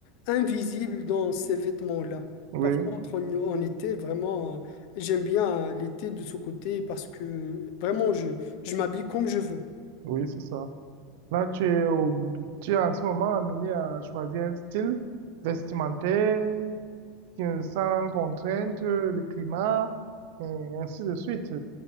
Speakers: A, on the left (about 45°); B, on the right (about 55°).
A: invisible dans ces vêtements-là.
B: oui,
A: Par contre, en, en été, vraiment, euh, j'aime bien euh, l'été de ce côté parce que vraiment, je, je m'habille comme je veux.
B: oui, c'est ça. Là, tu es, au- tu es en ce moment amené à choisir un style vestimentaire euh, sans contrainte, le climat, et ainsi de suite.